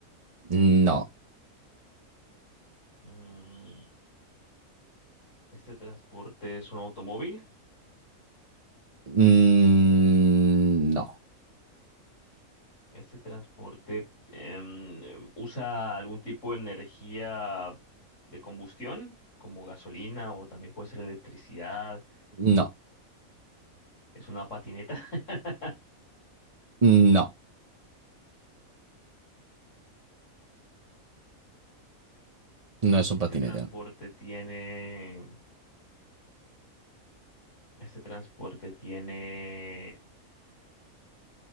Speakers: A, on the right; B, on the left.
A: No,
B: Mm, Este transporte es un automóvil.
A: Mm, no,
B: Este transporte em, usa algún tipo de energía de combustión, como gasolina o también puede ser electricidad.
A: no,
B: Es una patineta. <laughs>
A: no, no es un
B: Este
A: patinete.
B: transporte tiene, este transporte tiene